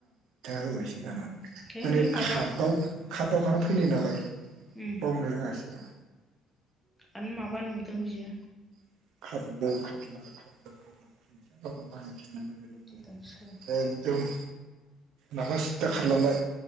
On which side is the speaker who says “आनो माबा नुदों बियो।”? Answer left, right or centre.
Centre